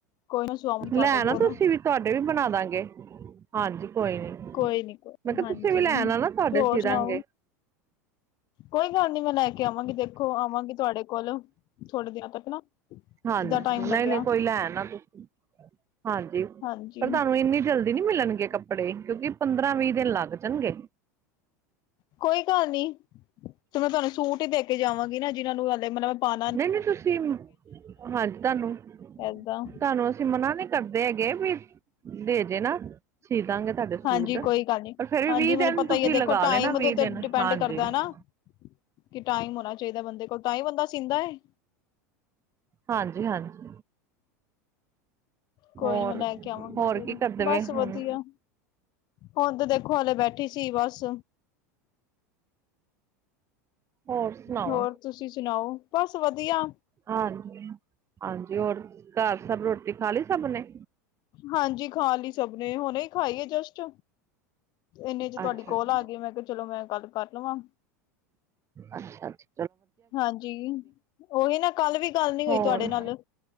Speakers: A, on the left; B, on the right.
A: ਕੋਈ ਨਾ ਸਵਾਵਾਂਗੀ ਤੁਹਾਡੇ
B: ਲੈ ਆਨਾ
A: ਕੋਲ
B: ਤੁਸੀਂ ਵੀ ਤੁਹਾਡੇ ਵੀ ਬਣਾ ਦਾਂਗੇ। ਹਾਂ ਜੀ ਕੋਈ ਨੀ
A: ਕੋਈ ਨੀ ਕੋਈ
B: ਮੈਂ ਕਿਹਾ
A: ਹਾਂਜੀ
B: ਤੁਸੀਂ ਵੀ ਲੈ ਆਨਾਂ ਨਾ, ਤੁਹਾਡੇ
A: ਹੋਰ
B: ਸੀ
A: ਸੁਣਾਓ
B: ਦਾਗੇ।
A: ਕੋਈ ਗੱਲ ਨੀ, ਮੈਂ ਲੈ ਕੇ ਆਵਾਂਗੀ ਦੇਖੋ ਆਵਾਂਗੀ ਤੁਹਾਡੇ ਕੋਲ ਥੋੜੇ ਦਿਨਾਂ ਤੱਕ ਨਾ
B: ਹਾਂਜੀ।
A: ਜਿੱਦਾਂ ਟਾਈਮ ਲੱਗਿਆ
B: ਨਹੀਂ -ਨਹੀਂ ਕੋਈ ਲੈ ਆਨਾ ਤੁਸੀਂ, ਹਾਂਜੀ
A: ਹਾਂਜੀ
B: ਪਰ ਤੁਹਾਨੂੰ ਇੰਨੀ ਜਲਦੀ ਨੀ ਮਿਲਣਗੇ ਕੱਪੜੇ ਕਿਉਂਕਿ ਪੰਦਰਾਂ- ਵੀਹ ਦਿਨ ਲੱਗ ਜਾਣਗੇ।
A: ਕੋਈ ਗੱਲ ਨੀ, ਤੇ ਮੈਂ ਤੁਹਾਨੂੰ ਸੂਟ ਹੀ ਦੇ ਕੇ ਜਾਵਾਂਗੀ ਨਾ ਜਿਹਨਾਂ ਨੂੰ ਹਲੇ ਮਤਲਬ ਮੈਂ ਪਾ ਕੇ
B: ਨਹੀਂ- ਨਹੀਂ ਤੁਸੀਂ ਹਾਂਜੀ। ਤੁਹਾਨੂੰ -ਤੁਹਾਨੂੰ
A: ਏਦਾਂ
B: ਅਸੀਂ ਮਨਾ ਨਹੀਂ ਕਰਦੇ ਹੈਗੇ ਵੀ ਦੇ ਜਨਾ ਸੀ ਦਾਂਗੇ ਤੁਹਾਡੇ ਸੂਟ
A: ਹਾਂਜੀ ਕੋਈ ਗੱਲ ਨੀ
B: ਪਰ ਫਿਰ ਵੀ
A: ਹਾਂਜੀ
B: ਵੀਹ
A: ਮੈਨੂੰ
B: ਦਿਨ
A: ਪਤਾ
B: ਤੁਸੀਂ
A: ਹੀ ਹੈ ਦੇਖੋ
B: ਲਗਾ
A: ਟਾਈਮ
B: ਲੈਣਾ
A: ਦੇ
B: ਵੀਹ
A: ਉੱਤੇ
B: ਦਿਨ
A: ਡਿਪੈਂਡ
B: ਹਾਂਜੀ
A: ਕਰਦਾ
B: ਹ
A: ਨਾ
B: <inaudible>
A: ਕਿ ਟਾਈਮ ਹੋਣਾ ਚਾਹੀਦਾ ਬੰਦੇ ਕੋਲ ਤਾਂ ਹੀ ਬੰਦਾ ਸੀਂਦਾ ਏ
B: ਹਾਂਜੀ ਹਾਂਜੀ
A: ਕੋਈ
B: ਹੋਰ
A: ਨੀ ਮੈਂ ਲੈ ਕੇ ਆਵਾਂਗੀ
B: ਹੋਰ
A: ਫਿਰ,
B: ਕੀ ਕਰਦੇ
A: ਬਸ
B: ਪਏ ਹੁਣ
A: ਵਧੀਆ ਹੁਣ ਤੇ ਦੇਖੋ ਹੇਲੇ ਬੈਠੇ ਉਠੀ ਸੀ ਬਸ
B: ਹੋਰ ਸਣਾਉ
A: ਹੋਰ ਤੁਸੀਂ ਸੁਣਾਓ, ਬਸ ਵਧੀਆ।
B: ਹਾਂਜੀ- ਹਾਂਜੀ ਹੋਰ ਘਰ ਸਭ ਰੋਟੀ ਖਾ ਲਈ ਸਭ ਨੇ
A: ਹਾਂਜੀ ਖਾ ਲਈ ਸਭ ਨੇ ਹੁਣੇ ਹੀ ਖਾਈ ਆ ਜਸਟ ਇੰਨੇ ਚ ਤੁਹਾਡੀ
B: ਅੱਛਾ
A: ਕੋਲ
B: ਅੱਛਾ
A: ਆ ਗਈ ਮੈਂ ਕਿਹਾ ਚਲੋ ਮੈਂ ਗੱਲ ਕਰ ਲਵਾਂ।
B: ਅੱਛਾ ਜੀ।
A: ਹਾਂਜੀ, ਓਈ ਨਾ ਕੱਲ ਵੀ ਗੱਲ ਨੀ ਹੋਈ
B: ਹੋਰ
A: ਤੁਆਡੇ ਨਾਲ।